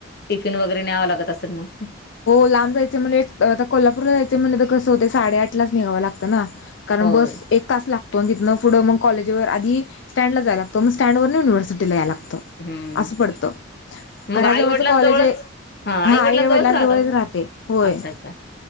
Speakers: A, on the left (about 50°); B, on the left (about 65°).
A: टिफिन वगैरे न्यावं लागत असेल मग?
B: हो, लांब जायच म्हण आता कोल्हापूरला जायच म्हणलं तर कसं होते साडेआठ लाच निघावं लागतं ना. कारण
A: होय
B: बस एक तास लागतो तो तिथनं पुढं मग कॉलेजवर आधी स्टँड ला जाय लागतं, मग स्टँडवर युनिव्हर्सिटीला याय लागतं.
A: हम्म,
B: असं पडतं
A: मग
B: घराजवळचं
A: आईवडिलां
B: कॉलेज
A: जवळच
B: आहे
A: हा आईवडिलां
B: आई
A: जवळच
B: वडिलांजवळच
A: रा तात,
B: राहते होय
A: अच्छा! अच्छा!